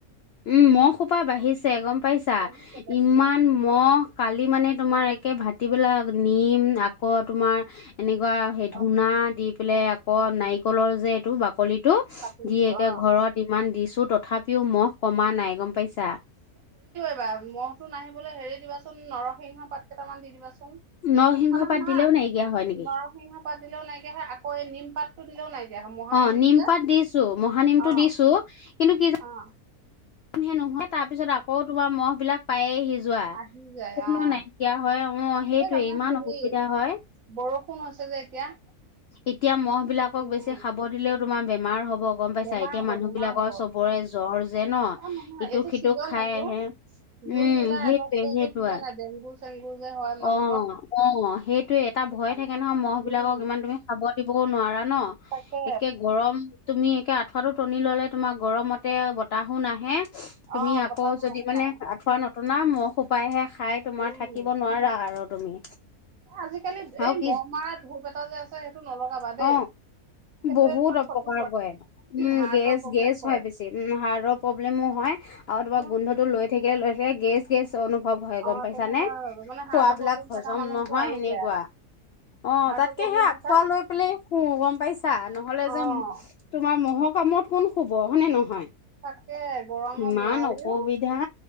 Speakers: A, on the left; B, on the right.
A: উম মহ খোপা বাঢ়িছে গম পাইছা
B: বাঢ়িছে বাঢ়িছে
A: ইমান মহ কালি মানে তোমাৰ তাকে ভাটিবেলাক নিম আকৌ তোমাৰ এনেকুৱা সেই
B: অ',
A: ধূনা দি পেলাই ক নাৰিকলৰ যে এইটো বাকলিটো
B: বাকলিটো
A: দি একে
B: অ',
A: ঘৰত ইমান দিছো তথাপিও মহ কমা নাই গম পাইছা
B: মহ তটো নাহিবলৈ হেৰি দিবাচোন নৰসিংহ পাত কেইটামান দি দিবাচোন
A: নৰসিংহ
B: আমাৰ
A: পাত
B: মাক
A: দিলেও নাইকিয়া হয় নেকি
B: নৰসিংহ পাদ দিলেও নাইকে হয়ে আকৌ নিম পাতটো দিলেও নাইকে মহানেম
A: অ নিম
B: তু যে
A: পাত দিছো মহানিমটো
B: অ',
A: দিছো কিন্তু কি
B: অ',।
A: <unintelligible> নহয় তাৰ পিছত আকৌোমাৰ মহ বিলাক পায়ে সিজ যোৱা
B: আহি যায়
A: কোনো
B: অ',
A: নাইকিয়া হয় অ', সেইটোৱে
B: এই তাৰমানে
A: ইমান
B: হেৰি
A: অসুবিধা হয়
B: বৰষুণ হৈছে যে এতিয়া
A: এতিয়া মহ বিলাকক
B: উম,
A: বেছি খাব দিলেও তোমাৰ বেমাৰ হ'ব ব গম পাইছা
B: বেমাৰ
A: এতিয়া
B: হ'ব
A: মানুহ
B: বেমাৰ
A: বিলাকৰ
B: হ'ব
A: চবৰে জ্বৰ যে ন
B: অ', নহয়
A: ইটোক
B: এইটো
A: সিট
B: ছিজন
A: খাই
B: এইটো
A: আহে উম,
B: জুন, জুলাই,
A: সেইটোৱে
B: আগষ্ট এইটো
A: সেইটো
B: ছিজনে
A: আ
B: ডেংগু চেংগু যে হয়
A: অ-অ',
B: মানুহৰ
A: সেইটোয়ে এটা
B: সেইটো
A: ভয়
B: কাৰণে
A: থাকে নহয়। মহ বিলাকক
B: উম,
A: ইমান তুমি খাব দিবও নোৱাৰা ন
B: তাকে
A: একে গৰম তুমি একে আঠুৱাটো টনি ললে তোমাৰ গৰমতে বতাহো নাহে তুমি
B: অ', বতাহটো
A: আকৌ যদি
B: নোসোমাই
A: মানে আঁঠুৱা ন ঘনা মহোপাইহে খাই তোমাৰ
B: উম,
A: থাকিব নোৱাৰা আৰু তুমি
B: আজিকালি
A: আৰু
B: এই
A: কি
B: মহ মাৰ ধূপ এটা যে আছে। সেইটো নলগাবা
A: অ
B: দেই সেইটোৱে
A: বহুত
B: তোমাৰ
A: অপকাৰ
B: ক্ষতি
A: কৰে উম
B: হাৰ্টৰ
A: গেছ-গেছ
B: প্ৰব্লেম কৰে
A: হয় বেছি উ হাৰ্টৰ প্ৰব্লেমো হয় আৰু তোমাৰ
B: এনে
A: গোন্ধটো লৈ থাকিলে লৈ কেছ অনুভৱ হয়
B: অ',
A: গম পাইছা
B: তেনেকুৱা
A: নে
B: মানে
A: খোৱা
B: হাৰ্টৰ
A: বিলাক
B: প্ৰব্লেম
A: হজম
B: থকা মানুহতো
A: নহয়
B: আৰু
A: এনেকুৱা
B: বেয়া
A: অ',
B: হাৰ্টৰ
A: তাতকে
B: প্ৰব্লেম
A: সেই আঠুৱা
B: থকা
A: লৈ পেলাই শু, গম পাইছা নহলে
B: অ'।
A: যে তোমাৰ মহৰ কামত কোন শুব হয়নে নহয়
B: তাকে গৰমত
A: ইমান
B: নোৱাৰিও
A: অসুবিধা